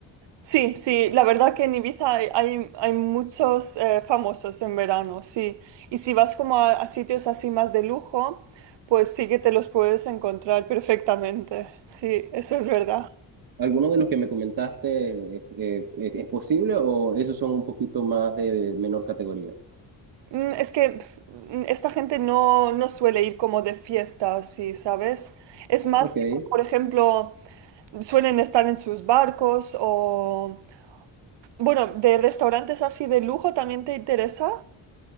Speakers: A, on the right; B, on the right.
A: Sí, sí, la verdad que en Ibiza hay, hay, hay muchos eh, famosos en verano, sí. Y si vas como a, a sitios así más de lujo, pues sí que te los puedes encontrar perfectamente. Sí, eso es verdad.
B: ¿Alguno de los que me comentaste eh, eh, es posible o esos son un poquito más de de menor categoría?
A: Mm, Es que pf, mm, esta gente no, no suele ir como de fiesta así, ¿sabes? Es más,
B: Ok.
A: tipo, por ejemplo, suelen estar en sus barcos o... Bueno, ¿de restaurantes así de lujo también te interesa?